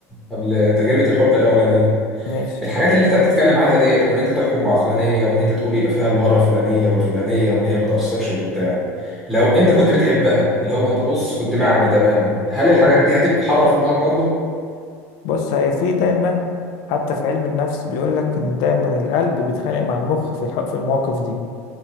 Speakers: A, in the centre; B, on the left.
A: قبل تجربة الحب الأولانية
B: ماشي
A: الحاجات اللي أنت بتتكلم عليها ديت وإن أنت تحكم بعقلانية وإن أنت تقول يبقى فيها المهارة الفلانية والفلانية وإن هي ما تأثرش وبتاع لو أنت كنت بتحبها اللي هو أنت بص كنت معمي تماما هل الحاجات
B: حلو
A: دي هتبقى حاضرة في دماغك برضه؟
B: بص هي في دايما حتى في علم النفس بيقولك ان دايما القلب بيتخانق مع المخ في الح- في المواقف دي